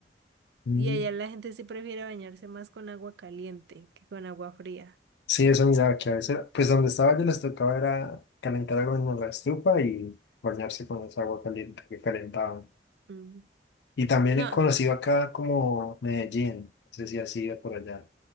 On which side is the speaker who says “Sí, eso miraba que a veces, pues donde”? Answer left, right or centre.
Left